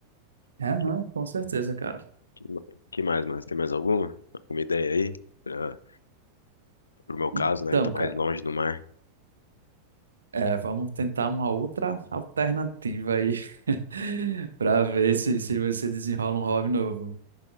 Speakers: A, on the right; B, on the left.
A: é Aham,
B: Que,
A: com certeza, cara.
B: que, ma- que mais, mano? Você tem mais alguma? Alguma ideia aí? Pra, pro meu
A: Então,
B: caso, né? Que tô mais
A: cara,
B: longe do mar.
A: é, vamos tentar uma outra alternativa aí <laughs> para ver se, se você desenrola um hobby novo.